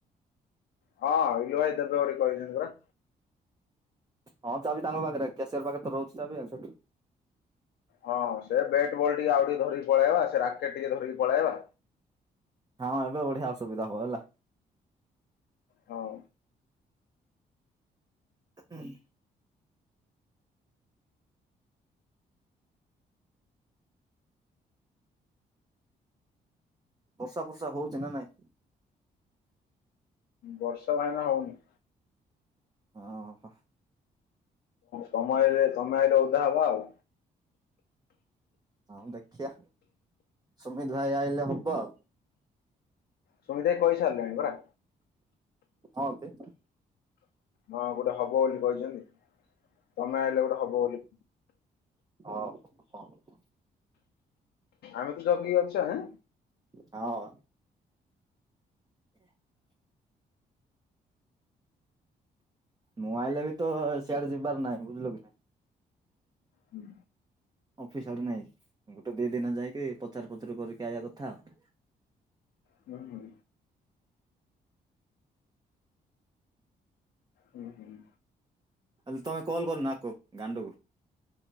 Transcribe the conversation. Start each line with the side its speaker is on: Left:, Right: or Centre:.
Left: ହଁ ଇଲୁ ଭାଇ ଦେବେ ବୋଲି କହିଛନ୍ତି ପରା।
Right: ହଁ ଚାବି ତାଙ୍କ ପାଖରେ କ୍ୟାସିୟର ପାଖରେ ତ ରହୁଛି ଚାବି। ଆଉ ସେଠୁ
Left: ହଁ ସେ ବେଟେ ବଲ ଟିକେ ଆଉ ଟିକେ ଧରିକି ପଳେଇବା। ସେ ରାକେଟ ଟିକେ ଧରିକି ପଳେଇବା।
Right: ହଁ ଏବେ ବଢିଆ ସୁବିଧା ହବ ହେଲା।
Left: ହଁ।
Right: ହୁଁ ହୁଁ। ବର୍ଷା ଫର୍ଷା ହଉଛି ନା ନାଇଁ।
Left: ବର୍ଷା ଭାଇନା ହଉନି।
Right: ଓହୋ।
Left: ସମୟରେ ତମ ଆରେ ଓଦା ହବା ଆଉ।
Right: ହଁ ଦେଖିଆ ସୁମିତ ଭାଇ ଆଇଲେ ହବ ଆଉ।
Left: ସୁମିତ ଭାଇ କହି ସାରିଲେଣି ପରା।
Right: ହଁନ୍ତି।
Left: ହଁ ଗୋଟେ ହବ ବୋଲି କହିଛନ୍ତି। ତମେ ଆଇଲେ ଗୋଟେ ହବ ବୋଲି
Right: ହଁ ହଁ ହଁ।
Left: ଆମେ ତ ଜଗିକି ଅଛେ। ଆଁ।
Right: ହଁ। ମୁଁ ଆଇଲେ ବି ତ ସିଆଡେ ଯିବାର ନାହିଁ ବୁଝିଲୁ କି ନାଇଁ।
Left: ହୁଁ।
Right: ଅଫିସ ଆଡେ ନେଇକି। ଗୋଟେ ଦି ଦିନ ଯାଇକି ପଚାର ପଚାରୁ କରିକି ଆଇବା କଥା ଆଉ।
Left: ହୁଁ ହୁଁ। ହୁଁ ହୁଁ।
Right: ଆଲେ ତମେ କଲ୍ କରୁନ ଆକୁ ଗାଣ୍ଡୁକୁ।